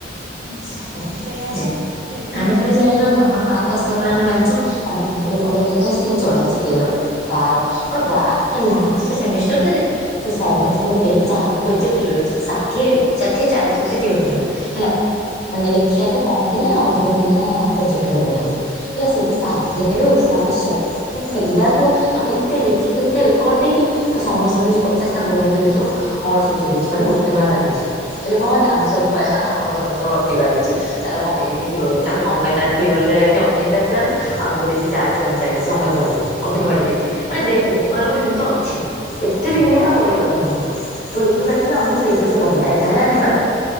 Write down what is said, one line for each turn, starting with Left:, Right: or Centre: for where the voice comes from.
Right: ନା
Left: ସେଇଆ
Right: ସେଇଆ
Left: ଯେ
Right: ପା ସେ
Left: ଆମେ ଫୁଣି ଜଇଁଲୁନା ନାଇଁ ଆମର ମା ର୍କ ଆସିଲା ବେଳେ ଆମେ ଜାଣିଚୁ ଆମର ପନ୍ଦରରୁ ପନ୍ଦର ଲେଖା ହେଇଚି କିନ୍ତୁ ଚଢା ହେଇଚି ତେର। ବାର ମୋର ବାର ଲାଷ୍ଟ ସେମିଷ୍ଟାର୍ ଟାରେ ସେ ସମସ୍ତଙ୍କୁ ଦେଇଥିଲେ ଚାରି ପୋଜେ <unintelligible> ଷାଠିଏ ରୁ ଷାଠିଏ ଚାଳିିଶ ହଉଚି ଥିଓରୀ ଥିଲା ହେଲା। ମାନେ ଲେଖିବା
Right: ହଁ
Left: ଟା କମ୍ ଥିଲା ଅଧିକ ଥିଲା ପୋଜେକ୍ଟ ପେପର୍ ଟା ହେଲା
Right: ହଁ
Left: ସେ ଷାଠିଏ ରୁ ସେ ଆମ ସବୁ ପିଲା କୁ ଆମେ ଏତେ ଲେଖିକି ଏତେ ରେକର୍ଡ ଦେଇକି ସେ ସମସ୍ତ ଙ୍କୁ ଦେଇଚି ପଚାଶ ତା ଭଉଣୀ ଦଉଚି ଅଣଷଠି ଦେ ଇଚି ମାନେ ଗୋଟେ ମାର୍କ କାଟିଚି ହେଲେ କଣ ହେଲା ଆମେ ସବୁ <unintelligible> ଆମର ସମସ୍ତଙ୍କର ଅଧିକ ଆଇଚି ତାର କମେଇ ଦେଇଚି ଥିଓରି ରେ ତାର କମେ ତାର ଥିଓରି ରେ ଆଇଚି ଅଠେଇଶ ଆସିଲାକୁ ଆମକୁ ଦେଇଚି ଚାଳିଶି ଅଣଚାଳିଶ ସମସ୍ତେଙ୍କୁ। ଅଧିକ ବାଡି ଦେଇଚି ମାନେ ଦେଖ ଭଗବାନ ଗୋଟେ ଜିନିଷ ଅଛି ଏତେ ବି ହିନିମା କରିବା କଥା ନୁହଁ କାହାକୁ ତୁଇ ସେଥିରୁ କାଟିଲୁ ଆମକୁ ସେଇଥିରୁ ସେ ବଢେଇଲା ଏକା ହେଲାନି ମାର୍ଗ